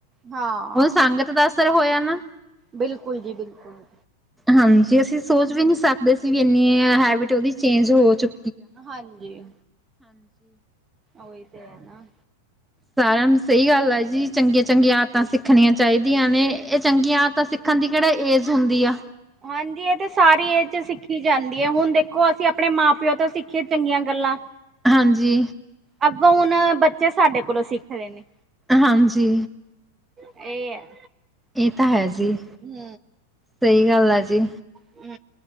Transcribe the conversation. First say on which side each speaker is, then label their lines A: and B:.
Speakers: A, on the right (about 25°); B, in the centre.
A: ਹਾਂ
B: ਓਨੂੰ ਸੰਗਤ ਦਾ ਅਸਰ ਹੋਇਆ ਨਾ।
A: ਬਿਲਕੁਲ ਜੀ ਬਿਲਕੁਲ
B: ਹਾਂਜੀ ਅਸੀਂ ਸੋਚ ਵੀ ਨੀ
A: ਹਮ
B: ਸਕਦੇ ਵੀ ਇੰਨੀ ਹੈਬਿਟ ਓਦੀ ਚੇਂਜ ਹੋ ਚੁੱ
A: ਹਾਂਜੀ ਓਈ ਤੇ ਐ ਨਾ।
B: ਸਾਰਿਆਂ ਨੂੰ ਸਈ ਗੱਲ ਆ ਜੀ ਚੰਗੀਆਂ-ਚੰਗੀਆਂ ਆਦਤਾਂ ਸਿੱਖਣੀਆਂ ਚਾਈਦੀਆਂ ਨੇ ਏ ਚੰਗੀਆਂ ਆਦਤਾਂ ਸਿੱ ਸਿੱਖਣ ਦੀ ਕਿਹੜਾ ਏਜ ਹੁੰਦੀ ਆ।
A: ਹਾਂਜੀ, ਇਹ ਤੇ ਸਾਰੀ ਏਜ'ਚ ਸਿੱਖੀ ਜਾਂ ਦੇ ਹੁਣ ਦੇਖੋ, ਅਸੀਂ ਅਪਣੇ ਮਾਂ-ਪਿਉ ਤੋਂ ਸਿੱਖੀਏ ਚੰਗੀਆਂ ਗੱਲਾ।
B: ਹਾਂਜੀ।
A: ਅੱਗੋਂ ਹੁਣ ਬੱਚੇ ਸਾਡੇ ਕੋਲੋਂ ਸਿੱਖ ਰੇ ਨੇ।
B: ਹਾਂਜੀ।
A: ਇਹ ਐ।
B: ਇਹ ਤਾ ਹੈ ਜੀ।
A: ਹੂੰ
B: ਸਹੀ ਗੱਲ ਆ ਜੀ।
A: ਹੂੰ